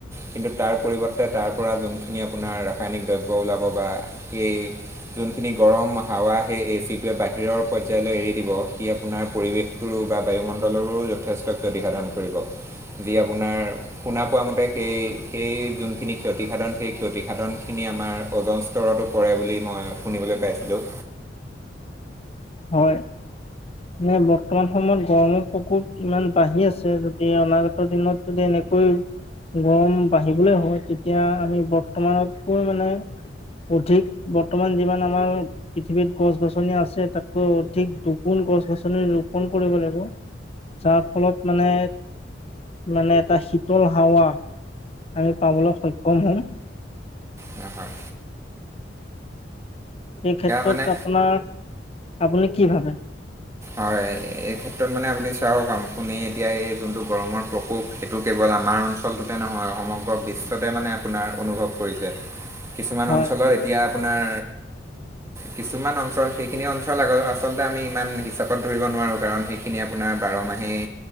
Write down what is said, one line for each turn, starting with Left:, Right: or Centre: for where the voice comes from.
Right: কিন্তু তাৰ পৰিৱৰ্তে তাৰ পৰা যোনখিনি আপোনাৰ ৰাসায়নিক দ্ৰব্য ওলাব বা সেই যোনখিনি গৰম হাৱা সেই এ চিটোৱে বাহিৰৰ পৰ্যায়লৈ এৰি দিব, সি আপোনাৰ পৰিৱেশটোৰো বা বায়ুমণ্ডলৰবোৰো যথেষ্ট ক্ষতিসাধন কৰিব। যি আপোনাৰ শুনা পোৱা মতে সেই-সেই যোনখিনি ক্ষতিসাধন সেই ক্ষতিসাধনখিনি আমাৰ অজন স্তৰতো পৰে বুলি মই শুনিবলৈ পাইছিলোঁ।
Left: হয়। নে বৰ্তমান সময়ত গৰমৰ প্ৰকোপ ইমান বাঢ়ি আছে, গতি অনাগত দিনত যদি এনে কৈ গৰম বাঢ়িবলৈ হয় তেতিয়া আমি বৰ্তমানতকৈ মানে অধিক বৰ্তমান যিমান আমাৰ পৃথিৱীত গছ-গছনি আছে তাত। ঠিক দুগুণ গছ-গছনি ৰোপন কৰিব লাগিব। যাৰ ফলত মানে, মানে এটা শীতল হাৱা আমি পাবলৈ সক্ষম হম।
Right: নহয়।
Left: এই ক্ষেত্ৰত
Right: মানে
Left: আপোনাৰ আপুনি কি ভাবে?
Right: হয়, এই ক্ষেত্ৰত মানে আপুনি চাওক, আপুনি এতিয়া এই যোনটো গৰমৰ প্ৰকোপ সেইটো কেৱল আমাৰ অঞ্চলটোতে নহয় সমগ্ৰ বিশ্বতে মানে আপোনাৰ অনুভৱ কৰিছে। কিছুমান
Left: হয়
Right: অঞ্চলৰ এতিয়া। আপোনাৰ কিছুমান অঞ্চল, সেইখিনি অঞ্চল আগ আচলতে আমি ইমান হিচাপ ত ধৰিব নোৱাৰোঁ। কাৰণ সেইখিনি আপোনাৰ বাৰ মাহেই